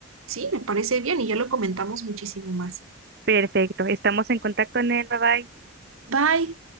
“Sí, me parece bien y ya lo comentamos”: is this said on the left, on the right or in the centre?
Right